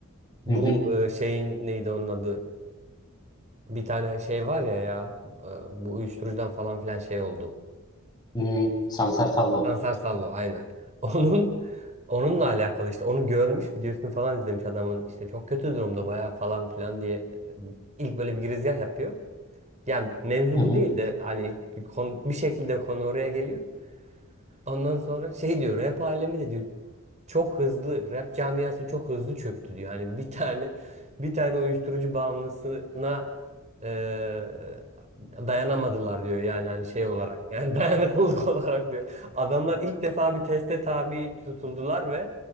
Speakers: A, on the right; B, on the left.
A: Bu
B: Hı hı.
A: e, şeyin neydi onun adı? Bir tane şey var ya ya e, bu uyuşturucudan falan filan şey oldu.
B: Hı. Sansar Salvo.
A: Sansar Salvo aynen. <laughs> Onun onunla alakalı işte onu görmüş videosunu falan izlemiş adamın işte çok kötü durumda bayağı falan filan diye e, ilk böyle bir girizgah yapıyor. Yani mevzu
B: Hı hı.
A: bu değil de hani bir, konu, bir şekilde konu oraya geliyor. Ondan sonra şey diyor rap alemi de diyor çok hızlı rap camiası çok hızlı çöktü diyor. Hani bir tane bir tane uyuşturucu bağımlısına eee, dayanamadılar diyor. Yani hani şey olarak yani <laughs> dayanıklılık olarak diyor. Adamlar ilk defa bir teste tabi tutuldular ve